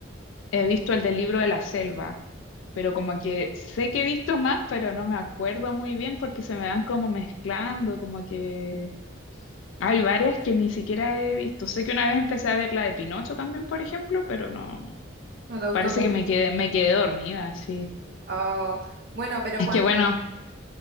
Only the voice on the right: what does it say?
no te gustó
tanto.
Oh, bueno, pero
cuando,